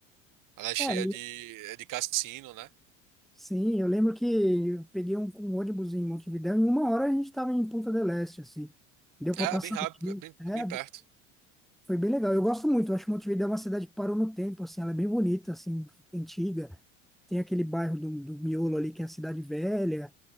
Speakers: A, on the right (about 55°); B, in the centre.
A: Ela é cheia
B: É, eu-
A: de, é de cassino, né?
B: sim, eu lembro que eu peguei um, um ônibus em Montevidéu, e em uma hora a gente estava em Punta del Este, assim. Deu para
A: É,
B: passar
A: bem rápido,
B: o dia.
A: é bem,
B: É,
A: bem perto.
B: Foi bem legal. Eu gosto muito. Eu acho Montevidéu é uma cidade que parou no tempo, assim. Ela é bem bonita, assim, antiga. Tem aquele bairro do, do Miolo ali, que é a cidade velha.